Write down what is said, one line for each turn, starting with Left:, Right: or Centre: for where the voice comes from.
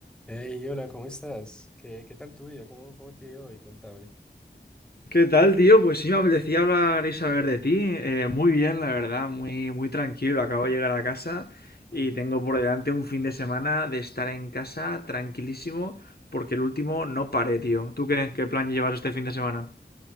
Centre: Hey, hola, ¿cómo estás? ¿Qué, qué tal tu vida? ¿Cómo, cómo te ha ido hoy? Contame.
Left: ¿Qué tal, tío? Pues sí, me apetecía hablar y saber de ti. Eh, muy bien, la verdad, muy, muy tranquilo. Acabo de llegar a casa
Centre: Ujú.
Left: y tengo por delante un fin de semana de estar en casa tranquilísimo porque el último no paré, tío. ¿Tú qué, qué plan llevas este fin de semana?